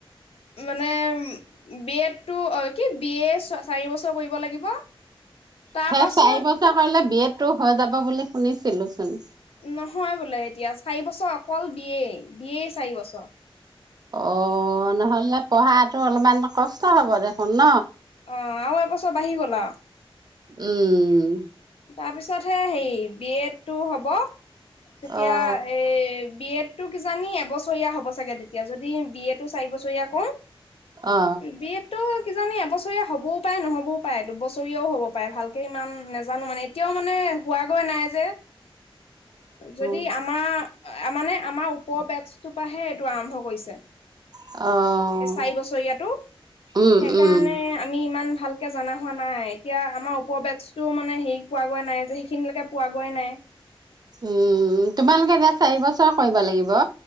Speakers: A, on the left; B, on the right.
A: মানে বি এডটো কি বি এ চাৰি বছৰ কৰিব লাগিব তাৰ
B: সেই
A: পাছত
B: চাৰি বছৰ কৰিলে বিয়ট টো হৈ যাব বুলি শুনিছিলো চোন
A: নহয় বোলে এতিয়া চাৰি বছৰ অকল বিয়েই বিয়েই চাৰি বছৰ
B: অ নহ'লে পঢ়াতটো অলপমান কষ্ট হ'ব দে শূন্য
A: আহ আৰু এবছৰ বাঢ়ি গলা
B: উম
A: তাৰপিছতহে হেৰি বি এডটো হ'ব তেতিয়া
B: অ
A: এ বি এত টো কিজানি এবছৰীয়া হ'ব চাগে তেতিয়া যদি বি এ তটো চাৰি বছৰীয়া কৰো
B: অ
A: বি এটো কিজানি এবছৰীয়া হ'বও পাৰে নহ'বও পাৰে দুবছৰীয়াও হ'ব পাৰে ভালকে ইমান নাজানো মানে এতিয়াও মানে হোৱাগৈ নাই যে যদি
B: অ
A: আমাৰ মানে আমাৰ ওপৰ বেটছটোৰ পৰাহে এইটো আৰম্ভ কৰিছে
B: অ',
A: চাৰি বছৰীয়াতটো
B: উম,
A: সেই
B: উম,
A: কাৰণে আমি ইমান ভালকে জনা হোৱা নাই এতিয়া আমাৰ ওপৰ বেটছ টো মানে হেৰি পোৱা গৈ নাই যে সেইখিনিলৈকে পোৱাগৈ নাই
B: উম তোমালোকে এয়া চাৰি বছৰ কৰিব লাগিব